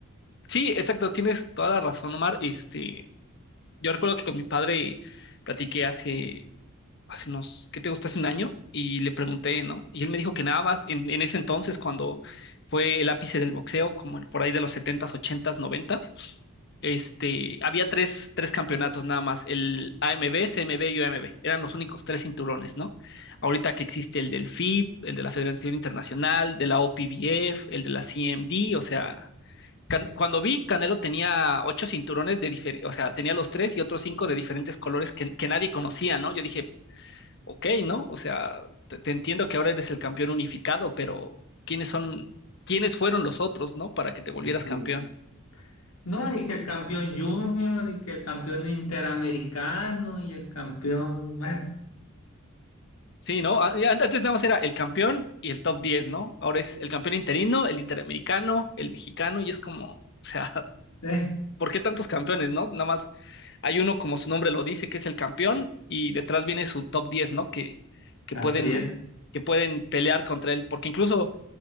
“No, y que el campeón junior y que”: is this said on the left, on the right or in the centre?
Left